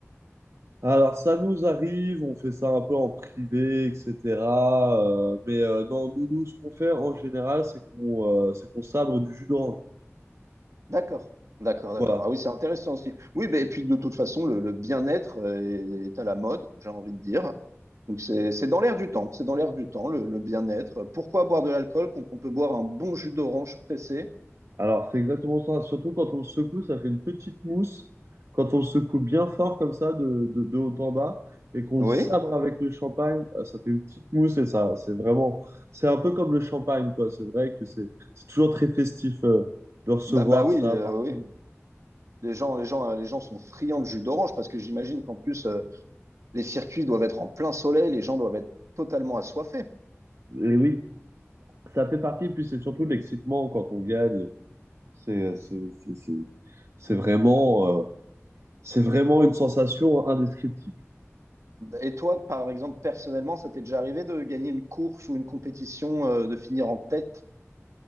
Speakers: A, on the right; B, on the right.
A: Alors, ça nous arrive, on fait ça un peu en privé, etc. euh, mais euh, non, nous, nous, ce qu'on fait en général, c'est qu'on euh, c'est qu'on sabre du jus d'orange.
B: D'accord, d'accord, d'accord.
A: Voilà.
B: Ah oui, c'est intéressant aussi. Oui, mais, et puis de toute façon, le, le bien-être euh, est, est à la mode, j'ai envie de dire. Donc c'est c'est dans l'air du temps, c'est dans l'air du temps, le, le bien-être. Pourquoi boire de l'alcool quand on peut boire un bon jus d'orange pressé?
A: Alors, c'est exactement ça. Surtout quand on le secoue, ça fait une petite mousse. Quand on le secoue bien fort comme ça, de, de, de haut en bas, et qu'on
B: Oui,
A: le sabre avec le champagne, euh, ça fait une petite mousse et ça, c'est vraiment, c'est un peu comme le champagne, quoi. C'est vrai que c'est c'est toujours très festif euh, de recevoir
B: bah, bah oui,
A: ça
B: euh,
A: partout.
B: oui. Les gens, les gens, euh, les gens sont friands de jus d'orange parce que j'imagine qu'en plus euh, les circuits doivent être en plein soleil, les gens doivent être totalement assoiffés.
A: Et oui. ça fait partie, puis c'est surtout l'excitement quand on gagne. C'est, c'est, c'est, c'est, c'est vraiment, euh, c'est vraiment une sensation indescriptible.
B: Et toi, par exemple, personnellement, ça t'est déjà arrivé de gagner une course ou une compétition, euh, de finir en tête?